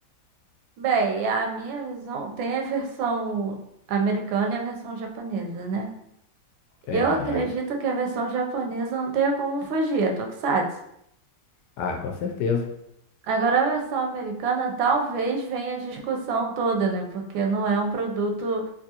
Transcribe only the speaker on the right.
Bem, a minha visão tem a versão americana e a versão japonesa, né?
Eu
acredito que a versão japonesa não tenha como fugir, é tokusatsu.
Agora, a versão americana talvez venha a discussão toda, né? Porque não é um produto